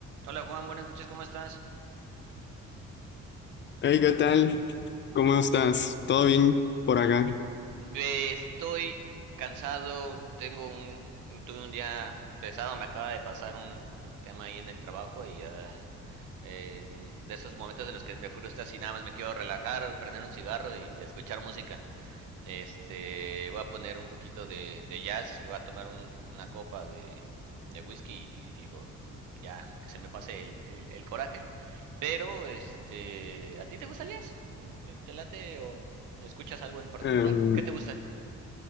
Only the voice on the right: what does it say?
Hola Juan, buenas noches, ¿cómo estás?
Eh, Estoy cansado, tengo un, tuve un día pesado, me acaba de pasar un, un tema ahí en el trabajo y ah, eh, mm, de esos momentos en los que te frustras y nada más me quiero relajar, prender un cigarro y escuchar música. Este, voy a poner un poquito de, de jazz, voy a tomar un- una copa de, de whisky y digo, ya, que se me pase el, el el coraje. Pero, este, ¿a ti te gusta el jazz? ¿Te, te late o escuchas algo en particular?
¿Qué te gusta?